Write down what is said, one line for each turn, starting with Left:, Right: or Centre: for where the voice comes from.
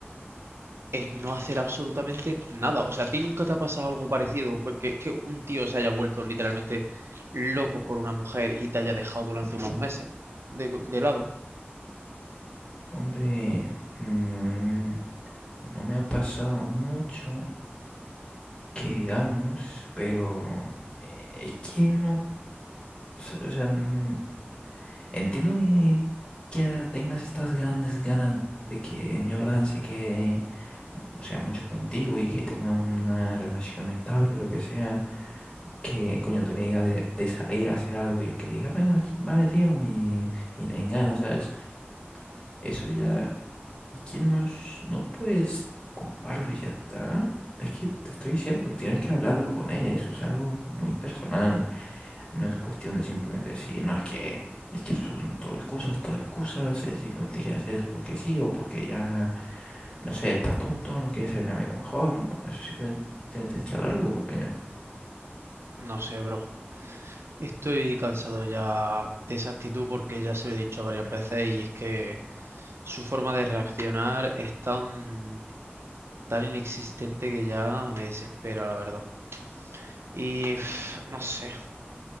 Right: el no hacer absolutamente nada. O sea, ¿a ti nunca te ha pasado algo parecido? Porque que un tío se haya vuelto literalmente loco por una mujer y te haya dejado durante unos meses de, de lado.
Left: Hombre, mm, no me ha pasado mucho que digamos, pero eh, es que no. s- O sea, mm, entiendo que, que tengas estas grandes ganas de que Jordan se quede, o sea, mucho contigo y que tenga una relación estable, lo que sea, que coño tú le digas de, de salir a hacer algo y el que diga, venga, ch- vale, tío, y, y le ganas, ¿sabes? Eso ya ¿Quién nos... No puedes culparlo y ya está. Es que te estoy diciendo, tienes que hablarlo con él. Eso es algo muy personal. No es cuestión de simplemente decir, no, es que, es que son todo excusas, todo excusas. Él simplemente quiere hacer eso porque sí o porque ya, no sé, está tonto, no quiere ser mi amigo mejor. ¿no? Eso simplemente tienes que hablarlo, compañero.
Right: No sé, bro. Estoy cansado ya de esa actitud porque ya se lo he dicho varias veces y es que su forma de reaccionar es tan, tan inexistente que ya me desespera, la verdad. Y pf, no sé.